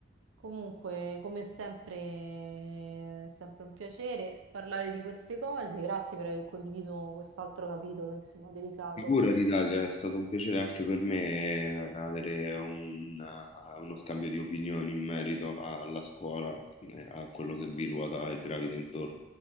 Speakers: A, on the right (about 75°); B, on the left (about 30°).
A: Comunque, come sempre, è sempre un piacere parlare di queste cose. Grazie per aver condiviso quest'altro capitolo, insomma, delicato.
B: Figurati, Dalia, è stato un piacere anche per me avere un- uno scambio di opinioni in merito alla scuola, eh, a quello che vi ruota e gravita intorno.